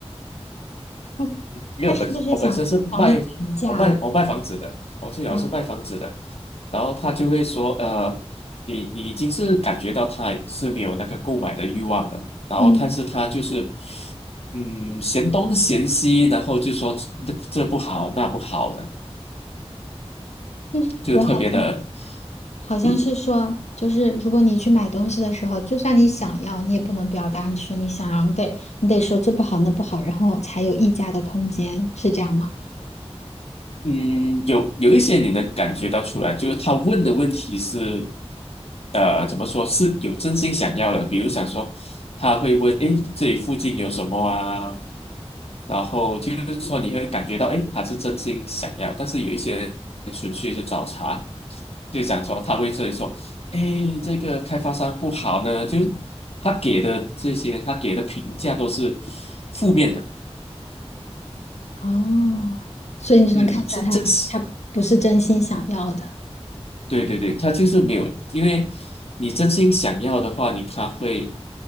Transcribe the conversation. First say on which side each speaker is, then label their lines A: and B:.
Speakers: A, on the left (about 90°); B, on the left (about 65°).
A: 他
B: 因为我本我本身是卖我卖我卖房子的，
A: 他是不是想找你砍价了？
B: 我最早是卖房子的，
A: 啊，
B: 然后他就会说，呃，你你已经是感觉到他是没有那个购买的欲望了，然后但是他就是，
A: 嗯，
B: 嗯，嫌东嫌西，然后就说这这不好那不好的，
A: 但是我好像
B: 就特别的。
A: 好像是说，
B: 嗯。
A: 就是如果你去买东西的时候，就算你想要，你也不能表达说你想要，你得你得说这不好那不好，然后才有议价的空间，是这样吗？
B: 嗯，有有一些你能感觉到出来，就是他问的问题是，呃，怎么说是有真心想要的。比如想说，他会问，诶，这里附近有什么啊？然后就是说你会感觉到，诶，他是真心想要。但是有一些人纯粹是找茬，就想说他会这里说，诶，这个开发商不好呢，就他给的这些，他给的评价都是负面的。
A: 哦，所以你就能看出来他他不是真心想要的。
B: 嗯，是真实。对对对，他就是没有，因为你真心想要的话，你他会，